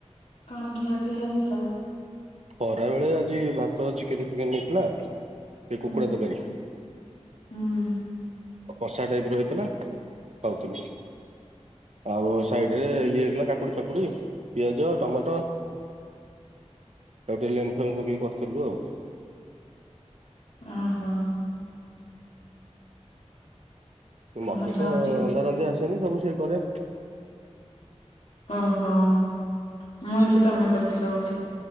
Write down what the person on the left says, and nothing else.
କଣ ଖିଆପିଆ ହେଇଥିଲା।
ହୁଁ
ହୁଁ
ଓହୋଃ।
ଭଲ
ଚି
ଓହୋ ମୁଁ ଭାବିଲି ତମେ କରିଥିଲ ବୋଲି,